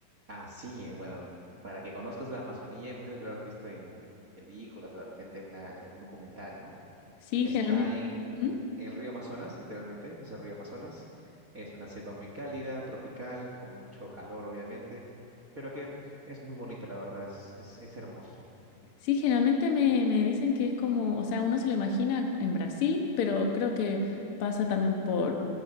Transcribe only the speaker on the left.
Sí,
generalmente.
¿Mm?
Sí, generalmente me, me dicen que es como, o sea, uno se lo imagina en Brasil, pero creo que pasa también por,